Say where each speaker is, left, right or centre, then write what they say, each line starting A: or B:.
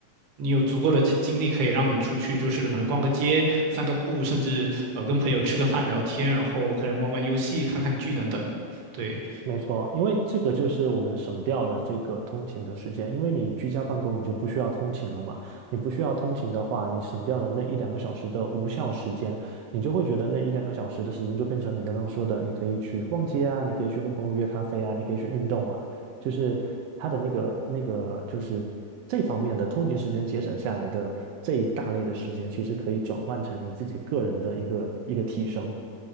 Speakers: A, on the right; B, on the right.
A: 你有足够的这精力可以让你出去，就是可能逛个街、散个步，甚至呃跟朋友吃个饭、聊天，然后可能玩玩游戏、看看剧等等。对，
B: 没错，因为这个就是我们省掉了这个通勤的时间，因为你居家办公，你就不需要通勤了嘛。你不需要通勤的话，你省掉了那一两个小时的无效时间，你就会觉得那一两个小时的时间就变成你刚刚说的，你可以去逛街啊，你可以去跟朋友约咖啡啊，你可以去运动啊，就是它的那个那个就是这方面的通勤时间节省下来的这一大类的时间，其实可以转换成你自己个人的一个一个提升，